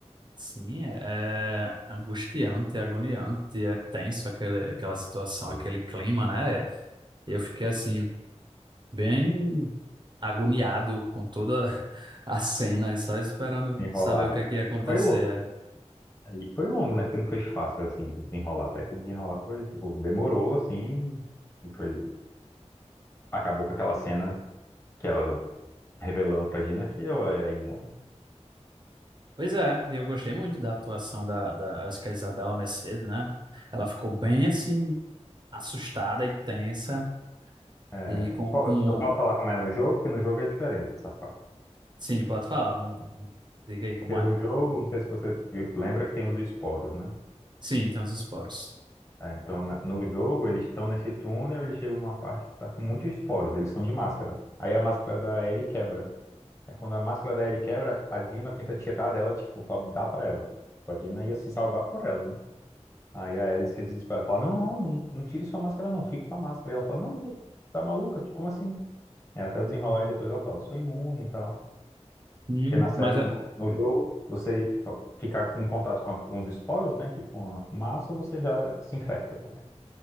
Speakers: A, on the right; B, on the left.
A: Sim, é, é angustiante, é agoniante, é tenso aquele, aquela situação,
B: pra
A: aquele clima, né? Eu fiquei assim, bem agoniado com toda <laughs> a cena, e só esperando
B: enrolar,
A: saber o
B: né?
A: que é que ia acontecer.
B: E foi longo,
A: é.
B: e foi longo, né? Porque não foi fácil, assim, desenrolar, até que desenrolar foi, tipo, demorou, assim, e foi, acabou com aquela cena que ela revelando pra Dina que ela é imune.
A: Pois é, eu gostei muito da atuação da, da, acho que é a Isabela Mercedes, né? Ela ficou bem assim, assustada e tensa,
B: É,
A: e com,
B: eu po-
A: com...
B: eu posso falar como é no jogo, porque no jogo é diferente essa parte.
A: Sim, pode falar, vamos... Diga aí como
B: Porque
A: é.
B: no jogo, não sei se você viu- lembra que tem os esporos, né?
A: Sim, tem os esporos.
B: É, então, na- no jogo, eles estão nesse túnel, eles chegam numa parte que tá com muitos esporos, eles são de máscara. Aí a máscara da Ellie quebra. Aí quando a máscara da Ellie quebra, a Dina tenta tirar dela, tipo, pra dar pra ela. A Dina ia se salvar por ela, né? Aí a Ellie se desespera e fala, não, não, não, não tire sua máscara não, fique com a máscara. E ela fala, não, né, tá maluca? Como assim? É até o desenrolar e depois ela fala, sou imune e tal.
A: Hum,
B: Porque na série,
A: mas, é-
B: no, no jogo, você ficar em contato com alguns esporos, né? Tipo uma massa, você já se infecta também.